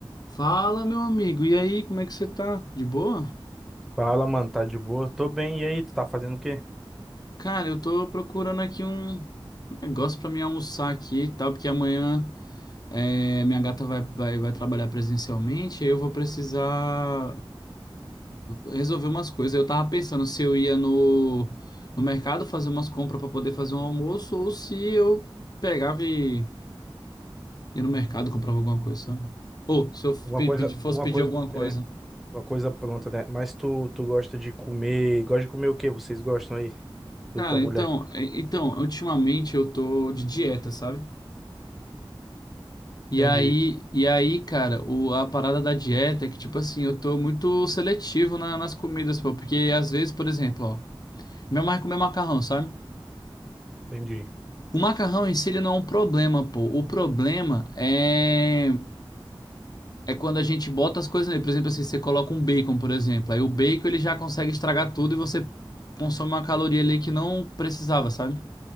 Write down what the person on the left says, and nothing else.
Fala, meu amigo. E aí, como é que você tá? De boa?
Cara, eu tô procurando aqui um negócio pra mim almoçar aqui e tal, porque amanhã é, minha gata vai, vai, vai trabalhar presencialmente, aí eu vou precisar resolver umas coisas. Eu tava pensando se eu ia no, no mercado fazer umas compras pra poder fazer um almoço, ou se eu pegava e ia no mercado comprava alguma coisa, sabe? Ou se eu
pe-
pedi- fosse
pedir
alguma coisa.
Cara,
então, é- então, ultimamente eu tô de dieta, sabe? E
aí, e aí, cara, o, a parada da dieta é que, tipo assim, eu tô muito seletivo na- nas comidas, pô, porque às vezes, por exemplo, ó, minha mãe comer macarrão, sabe?
O macarrão em si, ele não é um problema, pô. O problema é é quando a gente bota as coisas nele. Por exemplo, assim, você coloca um bacon, por exemplo. Aí o bacon, ele já consegue estragar tudo e você consome uma caloria ali que não precisava, sabe?